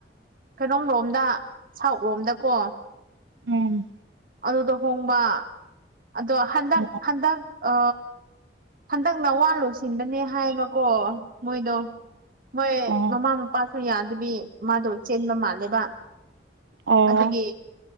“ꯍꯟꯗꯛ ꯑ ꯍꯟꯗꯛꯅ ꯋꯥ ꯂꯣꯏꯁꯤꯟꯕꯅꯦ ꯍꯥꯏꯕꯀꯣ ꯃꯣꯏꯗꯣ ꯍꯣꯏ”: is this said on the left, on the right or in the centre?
Right